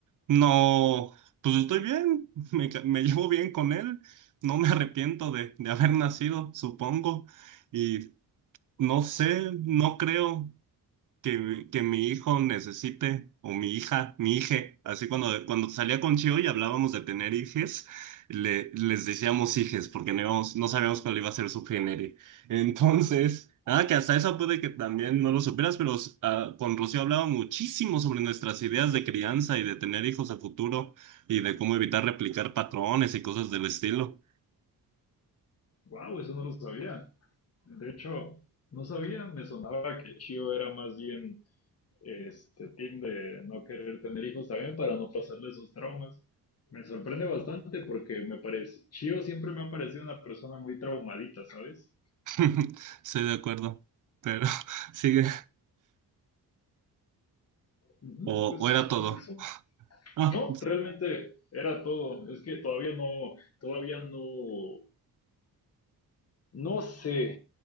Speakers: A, on the right; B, on the left.
A: no, pues estoy bien, <laughs> me, ca- me llevo bien con él, no me arrepiento de, de haber nacido, supongo, y no sé, no creo que, mi- que mi hijo necesite, o mi hija, mi hije, así cuando, cuando salía con Chio y hablábamos de tener hijes, le, les decíamos hijes, porque no, íbamos- no sabíamos cuál iba a ser su género. Entonces, nada, que hasta eso puede que también no lo supieras, pero ah, con Rocío hablaba muchísimo sobre nuestras ideas de crianza y de tener hijos a futuro, y de cómo evitar replicar patrones y cosas del estilo.
B: Wow, eso no lo sabía. De hecho, no sabía, me sonaba que Chio era más bien este team de no querer tener hijos también para no pasarle esos traumas. Me sorprende bastante porque me parece, Chio siempre me ha parecido una persona muy traumadita, ¿sabes?
A: <laughs> Estoy de acuerdo, pero <laughs> sigue,
B: Ujú,
A: o,
B: Pues,
A: o era todo.
B: pues eso.
A: Ah.
B: No, realmente era todo. Es que todavía no, todavía no, no sé,